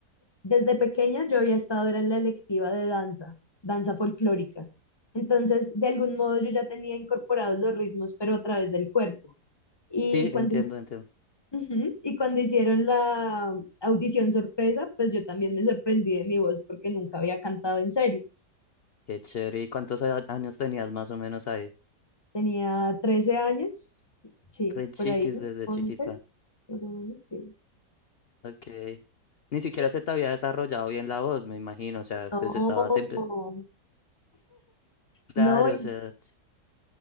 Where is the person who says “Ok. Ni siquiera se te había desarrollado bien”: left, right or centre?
Left